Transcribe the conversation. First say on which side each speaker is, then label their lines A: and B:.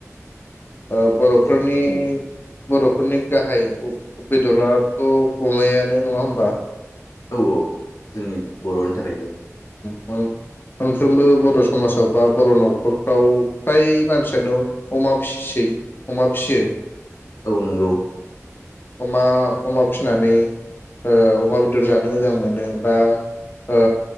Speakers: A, on the left; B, on the left.
A: ओ बरफोरनि
B: दे बुंलाय
A: बरफोरनि गाहाय बेदराथ अमायानो नङा होमबा
B: औ औ जोंनि बरनि थाखायथ
A: मोन मोनफ्रोमबो बर समाजाव बा बर नखरफ्राव फ्राय मानसियानो अमा फिसै अमा फियो।
B: औ नंगौ।
A: अमा अमा फिसिनानै ओ अमा बेदर जानो मोजां मोनो। बा ओ